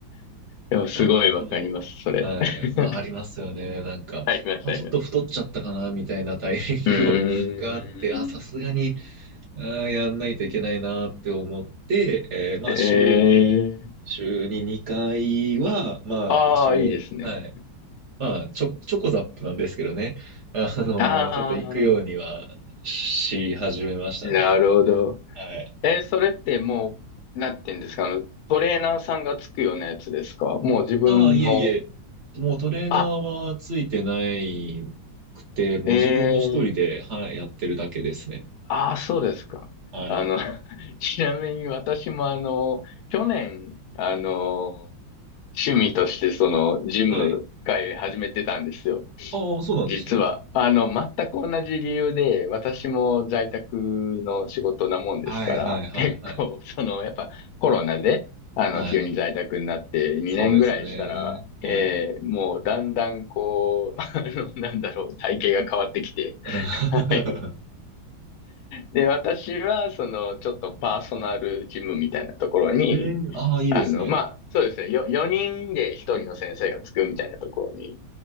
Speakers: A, on the left; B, on the right.
A: でもすごいわかります、
B: ちょっと、
A: それ。
B: はい、
A: <laughs>
B: まあ、ありますよね。なんか、
A: あります、
B: まあ、
A: あります。
B: ちょっと太っちゃったかな、みたいなタイミングを
A: うーん。
B: <laughs> があって、あ、さすがに、あー、やんないといけないなって思って、えーまあ、
A: ええ、
B: 週に、週に2回は、まあ、
A: ああ、
B: 一応、
A: いいですね。
B: はい。まあ、チョ、チョコザップなんですけどね。あの、
A: ああ
B: ちょっと行くようにはし始めましたね。
A: ー、なるほど。
B: はい。
A: え、それってもう、なんて言うんですか、あの、トレーナーさんがつくようなやつですかもう自分の、
B: ああ、いえいえ。もうトレーナーはついてないくて、
A: あ、
B: もう自分一人で、
A: ええ
B: はい、やってるだけですね。
A: ああ、そうですか。
B: はい。
A: あの、<laughs> ちなみに私もあの、去年、あの、趣味としてそのジム会始めてたんですよ。
B: はい。ああ、そうなんですね。
A: 実は、あの、全く同じ理由で、私も在宅の仕事なもんですから、
B: はい、はい、はい、
A: 結構、
B: はい。
A: その、やっぱコロナで、あの、
B: はい。
A: 急に在宅になって2年ぐらいしたら、
B: そうですね。はい。
A: えーもうだんだんこう、<laughs> あの、なんだろう、体型が変わってきて、
B: <laughs>
A: はい。
B: え
A: で、私は、その、ちょっとパーソナルジムみたいなところに
B: ー、ああ、いいですね。
A: あの、まあ、そうですね。よ、4人で1人の先生がつくみたいなところに